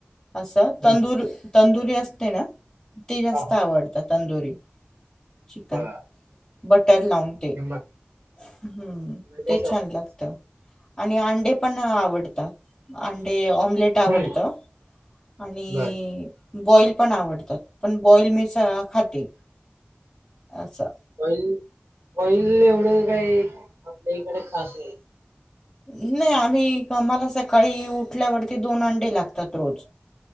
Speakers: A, on the left (about 15°); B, on the right (about 80°).
A: असं तंदुरी
B: हं.
A: तंदुरी असते ना, ती जास्त
B: हा.
A: आवडत तंदुरी. चिकन
B: बर.
A: बटर लावून ते
B: हे मग
A: हम्म
B: म्हणजे
A: ते
B: शॉपिंग
A: छान लागत. आणि अंडे पण आवडतात अंडे ऑम्लेट आवडत
B: हं.
A: आणि
B: बर
A: बॉईल पण आवडतं पण बॉईल मी स खाते असं.
B: बॉईल, बॉईल एवढं काही आपल्या इकडं खास नाही.
A: नाही, आम्ही आम्हाला सकाळी उठल्यावरती दोन अंडे लागतात रोज.